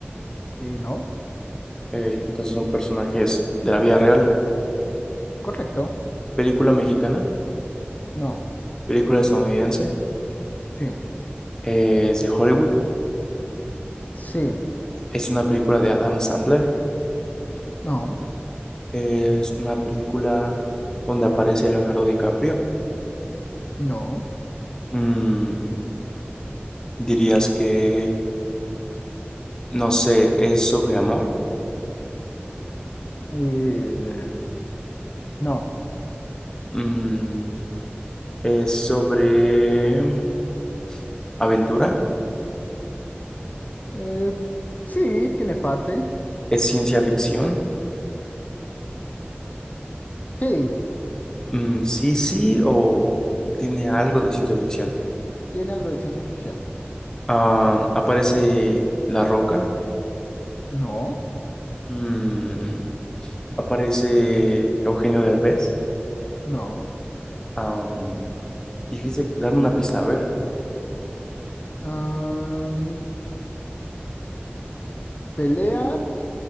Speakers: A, on the left; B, on the left.
A: Eh, no,
B: Eh, entonces son personajes de la vida real.
A: correcto.
B: Película mexicana,
A: No,
B: película estadounidense,
A: sí,
B: eh, es de Hollywood.
A: sí,
B: Es una película de Adam Sandler.
A: no,
B: Es una película donde aparece Leonardo DiCaprio.
A: no,
B: Mm, dirías que, no sé, es sobre amor,
A: eh, no.
B: Mm, es sobre mm, aventura,
A: Eh, sí, tiene parte.
B: es ciencia ficción.
A: Sí,
B: Mm, sí, sí, o tiene algo de ciencia ficción.
A: tiene algo de ciencia ficción.
B: Ah, aparece La Roca,
A: No,
B: Mm, aparece Eugenio Derbez.
A: no.
B: Am, dijiste, dame una pista, a ver.
A: Am, pelea